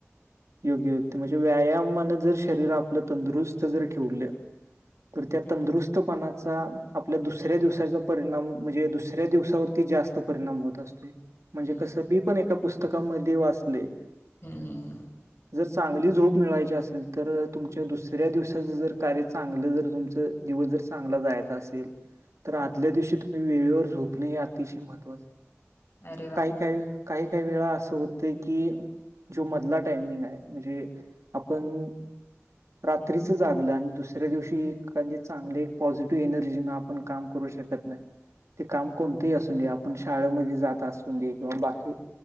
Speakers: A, on the right; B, on the left.
A: <unintelligible> म्हणजे व्यायामानं जर शरीर आपलं तंदुरुस्त जर ठिवलं. त्या तंदुरुस्तपणाचा आपल्या दुसऱ्या दिवसाचा परिणाम म्हणजे दुसऱ्या दिवसावरती जास्त परिणाम होत अस्तूय.
B: हम्म
A: म्हणजे कसं मी पण एका पुस्तकामधी वाचलंय.
B: हम् हम् हम.
A: जर चांगली झोप मिळायची असेल, तर तुमच्या दुसऱ्या दिवसाच जर कार्य... चागलं जर तुमचं दिवस जर चांगला जायचा असेल तर आदल्या दिवशी तुम्ही वेळेवर झोपणे हे अतिशय महत्वाचं
B: अरे वा
A: काही काही काही वेळा असं हुतय की. जो मधला टायमिंगाय, म्हणजे आपण रात्रीचं जागलं, आण दुसऱ्या दिवशी एखांदी चांगली पॉझिटिव्ह एनर्जीन आपण काम करू शकत नाय. ते काम कोणतंही असू दे आपण शाळमध्ये जात असू दे किंवा बाकी